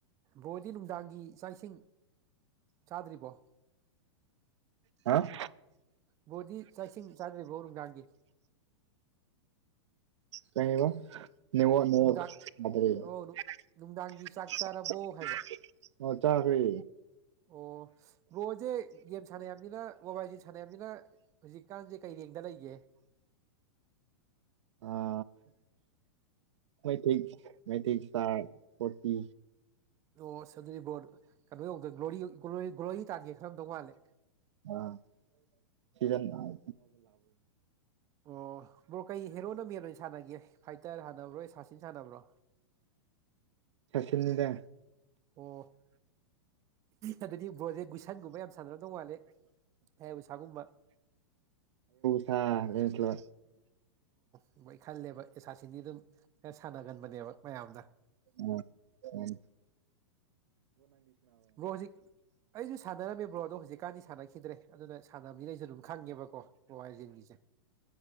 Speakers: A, on the right; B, on the right.
A: ꯕ꯭ꯔꯣꯗꯤ ꯅꯨꯡꯗꯥꯡꯒꯤ ꯆꯥꯛ ꯏꯁꯤꯡ ꯆꯥꯗ꯭ꯔꯤꯕꯣ
B: ꯍꯥ
A: ꯕ꯭ꯔꯣꯗꯤ ꯆꯥꯛꯁꯤꯡ ꯆꯥꯗ꯭ꯔꯤꯕꯣꯕ ꯅꯨꯡꯗꯥꯡꯒꯤ
B: ꯀꯩꯑꯕ ꯅꯦꯠꯋꯥꯛ ꯅꯦꯠꯋꯥꯛ
A: ꯅꯨꯡꯗꯥꯡ
B: <unintelligible>
A: ꯑꯣ ꯅꯨꯡ ꯅꯨꯡꯗꯥꯡꯒꯤ ꯆꯥꯛ ꯆꯥꯔꯕꯣ ꯍꯥꯏꯕ
B: ꯑꯣ ꯆꯥꯒ꯭ꯔꯦ
A: ꯑꯣ ꯕ꯭ꯔꯣꯁꯦ ꯒꯦꯝ ꯁꯥꯟꯅꯩ ꯍꯥꯏꯕꯅꯤꯅ ꯃꯣꯕꯥꯏꯜ ꯂꯤꯖꯦꯟ ꯁꯥꯟꯅꯩ ꯍꯥꯏꯃꯤꯅ ꯍꯧꯖꯤꯛꯀꯥꯟꯁꯦ ꯀꯩ ꯑꯦꯡꯗ ꯂꯩꯒꯦ
B: <inaudible> ꯑ ꯃꯩꯊꯩ ꯃꯩꯊꯩ ꯁ꯭ꯇꯥꯔ ꯐꯣꯔꯇꯤ
A: ꯑꯣꯁ ꯑꯗꯨꯗꯤ ꯕ꯭ꯔꯣꯅ ꯀꯅꯣ ꯌꯧꯗ ꯒ꯭ꯂꯣꯔꯤ ꯒ꯭ꯂꯣꯔꯤ ꯇꯥꯟꯒꯦ ꯈꯜꯂꯝꯗꯧ ꯃꯥꯜꯂꯦ
B: ꯑ ꯁꯤꯖꯟ ꯅꯥꯏ
A: ꯑꯣ ꯕ꯭ꯔꯣ ꯀꯩ ꯍꯦꯔꯣꯅ ꯃꯦꯟ ꯑꯣꯏꯅ ꯁꯥꯟꯅꯒꯦ ꯐꯥꯏꯇꯔ ꯍꯥꯟꯅ ꯁꯥꯟꯅꯕ꯭ꯔꯣ ꯑꯦꯁꯥꯁꯤꯟ ꯁꯥꯟꯅꯕ꯭ꯔꯣ
B: ꯁꯁꯤꯅꯤꯗ
A: ꯑꯣ ꯑꯗꯨꯗꯤ ꯕꯣꯁꯦ ꯒꯨꯏꯁꯟꯒꯨꯝꯕ ꯌꯥꯝ ꯁꯥꯟꯅꯔꯝꯗꯧ ꯋꯥꯠꯂꯦ ꯑ ꯎꯁꯥꯒꯨꯝꯕ
B: ꯁꯥꯥ ꯔꯁꯂ
A: ꯑꯣꯏ ꯈꯜꯂꯦꯕ ꯑꯦꯁꯥꯁꯤꯡꯗꯤ ꯑꯗꯨꯝ ꯈꯔ ꯁꯥꯟꯅꯒꯟꯕꯅꯦꯕ ꯃꯌꯥꯝꯅ
B: ꯎꯝ ꯎꯝ
A: ꯕ꯭ꯔꯣ ꯍꯧꯖꯤꯛ ꯑꯩꯁꯨ ꯁꯥꯟꯅꯔꯝꯃꯦ ꯕ꯭ꯔꯣꯗꯣ ꯍꯧꯖꯤꯛ ꯀꯥꯟꯗꯤ ꯁꯥꯟꯅꯈꯤꯗ꯭ꯔꯦ ꯑꯗꯨꯅ ꯁꯥꯟꯅꯕꯅꯤꯅ ꯑꯩꯁꯨ ꯑꯗꯨꯝ ꯈꯪꯉꯦꯕꯀꯣ ꯕꯕꯥꯏꯖꯦꯟꯒꯤꯁꯦ